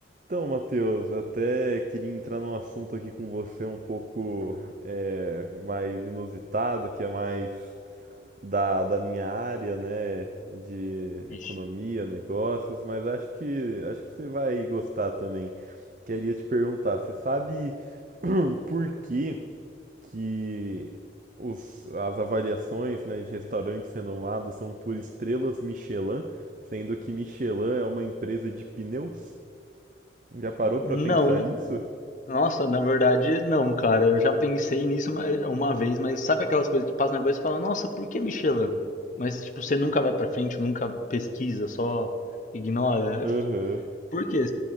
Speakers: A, on the right (about 45°); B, on the left (about 45°).
A: Então, Matheus, até queria entrar num assunto aqui com você um pouco é, mais inusitado, que é mais da, da minha área, né, de economia,
B: Ixi.
A: negócios, mas acho que acho que você vai gostar também. Queria te perguntar, você sabe <clears throat> por que que os, as avaliações, né, de restaurantes renomados são por estrelas Michelin, sendo que Michelin é uma empresa de pneus? Já parou pra
B: Não.
A: pensar nisso?
B: Nossa, na verdade, não, cara. Eu já pensei nisso uma, uma vez, mas sabe aquelas coisas que passam na cabeça e fala, nossa, por que Michelin? Mas, tipo, você nunca vai pra frente, nunca pesquisa, só ignora.
A: Aham.
B: É, Por quê?